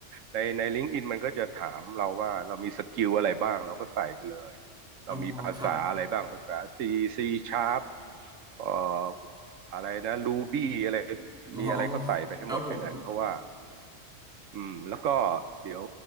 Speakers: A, on the right; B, in the centre.
A: ในในลิงก์อินมันก็จะถามเราว่าเรามีสกิลอะไรบ้างเราก็ใส่ไปเลยเรามีภาษาอะไรบ้างภาษา
B: อ๋อครับ
A: C C Sharp เอ่ออะไรนะ Ruby อะไร
B: อ๋อ
A: มีอะไรก็ใส่ไปให้หมดในนั้นเพราะว่า
B: ครับผม
A: อืมแล้วก็เดี๋ยว